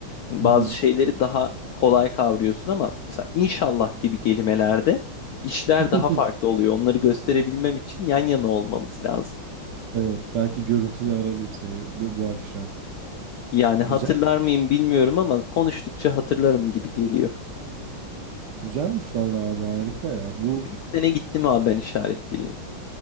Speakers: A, on the left; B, on the right.
A: Hani
B: Hı
A: bazı
B: hı.
A: şeyleri daha kolay kavruyorsun ama mesela inşallah gibi kelimelerde işler
B: <laughs>
A: daha farklı oluyor. Onları gösterebilmem için yan yana olmamız lazım.
B: Evet. Belki görüntülü ararım seni bu, bu akşam.
A: Yani
B: Güzel.
A: hatırlar mıyım bilmiyorum ama konuştukça hatırlarım gibi geliyor.
B: Güzelmiş vallahi abi harika ya. Bu
A: Bir sene gittim abi ben işaret diline.